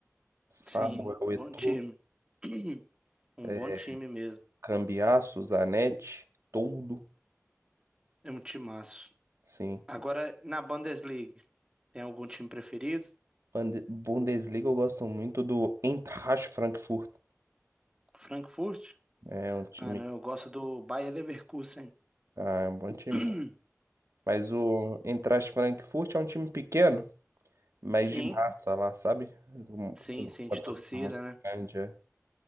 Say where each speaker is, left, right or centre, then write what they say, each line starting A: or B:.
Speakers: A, on the right; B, on the right.
A: Samuel
B: sim, bom
A: Eto'o,
B: time. <clears throat> Um
A: é,
B: bom time mesmo.
A: Cambiasso, Zanetti, todo.
B: É um timaço.
A: Sim.
B: Agora, na Bundesliga, tem algum time preferido?
A: Bande- Bundesliga eu gosto muito do Eintracht Frankfurt.
B: Frankfurt?
A: É um time,
B: Ah, não, eu gosto do Bayer Leverkusen.
A: ah, é um bom time,
B: <clears throat>
A: tá? Mas o Eintracht Frankfurt é um time pequeno, mas
B: Sim,
A: de massa lá, sabe? Um-
B: sim,
A: com
B: sim,
A: uma
B: de
A: torcida
B: torcida,
A: muito
B: né?
A: grande, é.